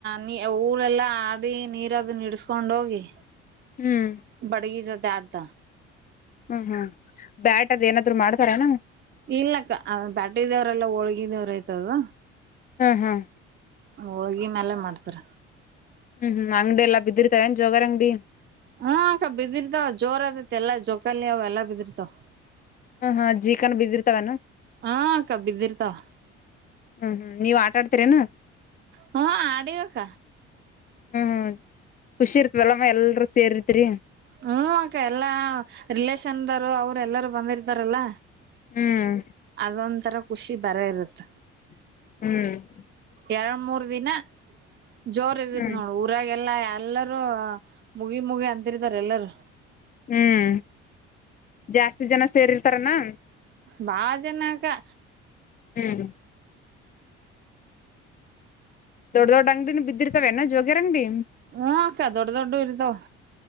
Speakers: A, on the right (about 35°); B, on the left (about 25°).
A: ನೀ ಊರೆಲ್ಲಾ ಆಡಿ ನೀರದ ಇಡ್ಸ್ಕೊಂಡ ಹೋಗಿ
B: ಹ್ಮ್
A: ಬಡಿ ಜೋತೆ ಆಟ
B: ಹ್ಮ್ ಹ್ಮ್ ಬ್ಯಾಟ್ ಅದ್ ಏನಾದ್ರು ಮಾಡ್ತಾರೆನ
A: ಇಲ್ಲಕ್ಕ ಬ್ಯಾಟಿದವರೆಲ್ಲ ಹೋಳ್ಗಿದವ್ರ ಆಯ್ತದ
B: ಹ್ಮ್ ಹ್ಮ್
A: ಹೋಳ್ಗಿ ಮ್ಯಾಲ ಮಾಡ್ತರ
B: ಹ್ಮ್ ಹ್ಮ್ ಅಂಗಡಿ ಎಲ್ಲಾ ಬಿದ್ದಿರ್ತಾಯನ್ ಜೋಗರ್ ಅಂಗ್ಡಿ.
A: ಹ್ಮ ಅಕ್ಕ ಬಿದಿರ್ತಾವ ಜೋರ್ ಅದತ್ ಎಲ್ಲಾ ಜೋಕಲ್ಲಿ ಅವ ಎಲ್ಲಾ ಬಿದಿರ್ತಾವ.
B: ಹ ಹಾ ಜೀಕನ್ ಬಿದ್ದಿರ್ತವನ್
A: ಹ್ಮ ಅಕ್ಕ ಬಿದ್ದಿರ್ತಾವ
B: ಹ್ಮ್ ಹ್ಮ್ ನೀವ್ ಆಟಾ ಆಡ್ತಿರೇನು
A: ಹ ಆಡಿವಕ
B: ಹ್ಮ್ ಖುಷಿ ಇರ್ತವಲ್ಲಮ್ಮ ಎಲ್ರು ಸೇರ್ತ್ರಿ
A: ಹ್ಮ ಅಕ್ಕ ಎಲ್ಲಾ ರಿಲೇಶನ್ದರು ಅವರು ಎಲ್ಲಾರೂ ಬಂದಿರ್ತಾರಲ್ಲಾ
B: ಹ್ಮ್
A: ಅದೊಂಥರ ಖುಷಿ ಬ್ಯಾರೆ ಇರತ್ತ
B: ಹ್ಮ್
A: ಎರಡ್ ಮೂರ್ ದಿನ ಜೋರ್ ಇರತ್
B: ಹ್ಮ್
A: ನೋಡು ಊರಾಗ ಎಲ್ಲ ಎಲ್ಲರೂ ಮುಗಿ ಮುಗಿ ಅಂತಿರ್ತಾರೆ ಎಲ್ಲಾರೂ
B: ಹ್ಮ್ ಜಾಸ್ತಿ ಜನ ಸೇರಿರ್ತಾರನಾ
A: ಬಾ ಜನಕ್ಕಾ
B: ಹ್ಮ ದೊಡ್ಡ ದೊಡ್ಡ ಅಂಗಡಿ ಬಿದ್ದಿರ್ತವೇನ ಜೋಗ್ಯರ್ ಅಂಗಡಿ
A: ಹ್ಮ ಆಕ್ಕ ಅ ದೊಡ್ಡ ದೊಡ್ಡ ಇರತಾವ